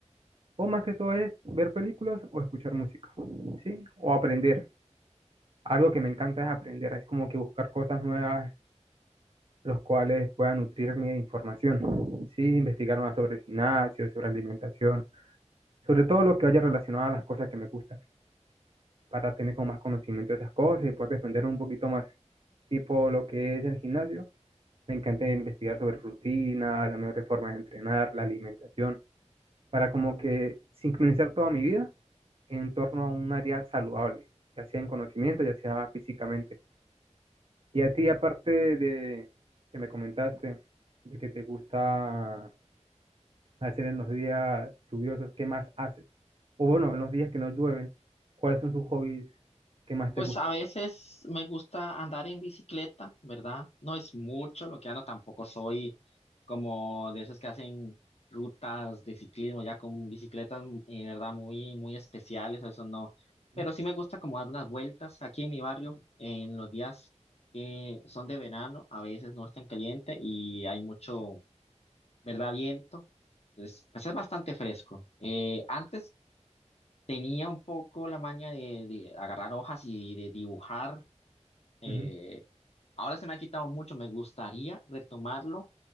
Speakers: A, on the right; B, on the left.
A: O más que todo es ver películas o escuchar música, ¿sí? O aprender. Algo que me encanta es aprender, es como que buscar cosas nuevas los cuales puedan nutrirme de información. Sí, investigar más sobre el gimnasio, sobre alimentación, sobre todo lo que haya relacionado a las cosas que me gustan, para tener como más conocimiento de esas cosas y poder defender un poquito más. Tipo lo que es el gimnasio, me encanta investigar sobre rutina, la mejor forma de entrenar, la alimentación, para como que sincronizar toda mi vida en torno a un área saludable, ya sea en conocimiento, ya sea físicamente. Y a ti, aparte de que me comentaste, de que te gusta hacer en los días lluviosos, ¿qué más haces? O bueno, en los días que no llueven, ¿cuáles son sus hobbies que más
B: Pues
A: te gusta
B: a
A: hacer?
B: veces me gusta andar en bicicleta, ¿verdad? No es mucho lo que ando, tampoco soy como de esos que hacen rutas de ciclismo ya con bicicletas, mm, eh, ¿verdad? Muy, muy especiales, eso no.
A: ¿no?
B: Pero sí me gusta como dar unas vueltas aquí en mi barrio en los días que son de verano, a veces no es tan caliente y hay mucho, ¿verdad? Viento. Entonces, pues es bastante fresco. Eh, antes tenía un poco la maña de, de agarrar hojas y de dibujar eh,
A: Ujú,
B: ahora se me ha quitado mucho, me gustaría retomarlo,